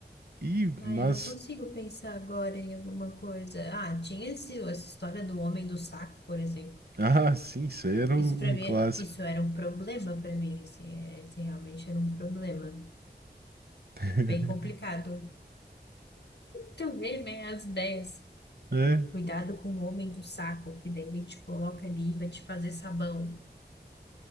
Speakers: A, on the right; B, on the left.
A: E,
B: Ah,
A: mas,
B: eu não consigo pensar agora em alguma coisa. Ah, tinha esse, essa história do homem do saco, por exemplo.
A: <laughs> ah, sim, isso aí era um
B: Isso para
A: um
B: mim,
A: clássico.
B: isso era um problema para mim, assim, é, esse realmente era um problema.
A: <laughs>
B: Bem complicado. Tu vê, né, as ideias.
A: É,
B: Cuidado com o homem do saco, que daí ele te coloca ali e vai te fazer sabão.